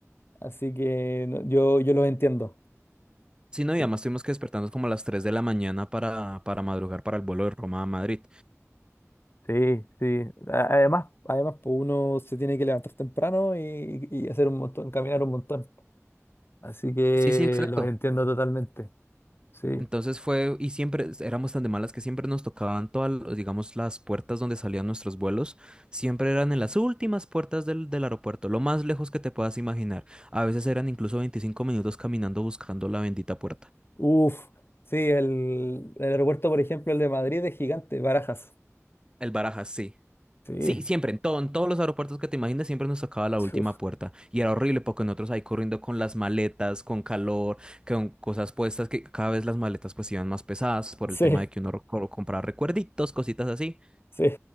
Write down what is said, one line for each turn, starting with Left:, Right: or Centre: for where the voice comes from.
Left: así que no- yo, yo los entiendo.
Right: sí, no, y
Left: Sí,
Right: además tuvimos que despertarnos como a las 3 de la mañana para, para madrugar para el vuelo de Roma a Madrid.
Left: Sí, sí. A- Además, Además, pues uno se tiene que levantar temprano y, y hacer un montón, caminar un montón. Así que
Right: Sí, sí, exacto.
Left: los entiendo totalmente. Sí.
Right: Entonces fue, y siempre éramos tan de malas que siempre nos tocaban todas, los- digamos, las puertas donde salían nuestros vuelos, siempre eran en las últimas puertas del, del aeropuerto, lo más lejos que te puedas imaginar. A veces eran incluso 25 minutos caminando buscando la bendita puerta.
Left: Uf, sí, el, el aeropuerto, por ejemplo, el de Madrid es gigante, Barajas.
Right: El Barajas, sí.
Left: Sí.
Right: Sí, siempre, en todo, en todos los aeropuertos que te imagines, siempre nos tocaba la
Left: <laughs>
Right: última
Left: Uf,
Right: puerta. Y era horrible porque nosotros ahí corriendo con las maletas, con calor, con cosas puestas, que cada vez las maletas pues iban más pesadas por
Left: sí.
Right: el tema de que uno reco- compraba recuerditos, cositas así.
Left: Sí,